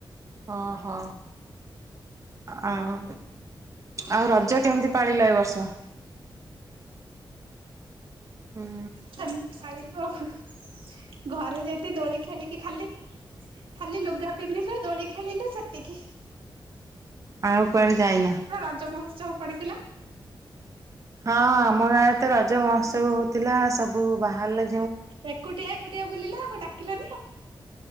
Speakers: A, on the right (about 35°); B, on the right (about 85°).
A: ହଁ ହୋ ଆଉ ଆଉ ରଜ
B: କଣ କହ
A: କେମିତି ପାଳିଲ ଏ ବର୍ଷ? ହୁଁ
B: ସେମିତି ପାଳିଲୁ ଆଉ। ଘରେ ଯେତି ଦୋଳି ଖେଳିକି ଖାଲି ଖାଲି ଲୁଗା ପିନ୍ଧିଲୁ ଦୋଳି ଖେଳିଲୁ ସେତିକି।
A: ଆଉ କୁଆଡେ ଯାଇନା।
B: ରଜମହସ୍ୱାବ ପଡିଥିଲା।
A: ହଁ ଆମ ଗାଁରେ ତ ରଜ ମହୋତ୍ସବ ହଉଥିଲା ସବୁ ବାହାରିଲେ
B: ଏକୁଟିଆ ଏକୁଟିଆ ବୁଲିଲ ଆଉ ଡାକିଲନି ଆଉ।